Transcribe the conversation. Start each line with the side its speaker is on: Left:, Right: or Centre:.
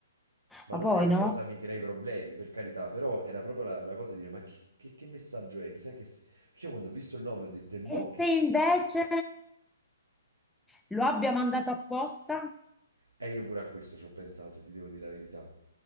Right: Ma
Centre: Ma
Right: non
Centre: poi
Right: che la
Centre: no?
Right: cosa mi crei problemi, per carità, però era proprio la, la cosa di dire, ma che, che- che messaggio è? Chissà che... se-" Io quando ho visto il nome ho detto, e mo
Centre: E
Right: che
Centre: se invece lo abbia mandato apposta?
Right: E io pure a questo ci ho pensato, ti devo dire la verità.